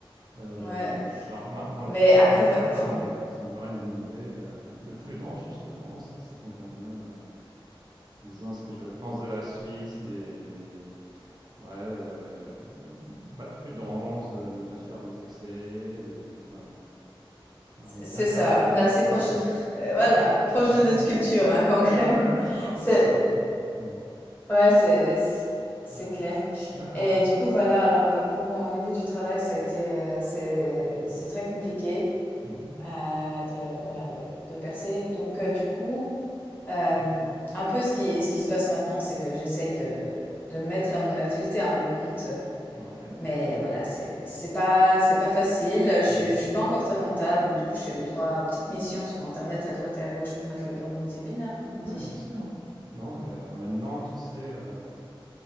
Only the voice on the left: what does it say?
Ouais,
mais
après,
voi- enfin,
c'est
ça. On est assez
proche
de, <laughs> euh, voilà,
proche
de notre culture, hein, quand
même.
<laughs>
C'est-
Ouais, c'est c'est c'est
clair.
Et du coup, voilà, alors euh, pour au niveau du travail, ça a été euh, c'est c'est très compliqué
euh, de voilà de, de percer. Donc euh, du coup, euh,
un peu ce qui ce qui se passe maintenant, c'est que j'essaye de de mettre à mon activité à mon compte.
Mais
voilà, c'est c'est pas c'est pas facile. Je suis
je suis pas encore très rentable, donc du coup, je fais deux trois petites missions sur Internet à droite et à gauche pour mettre le beurre dans mes épinards, comme on
dit.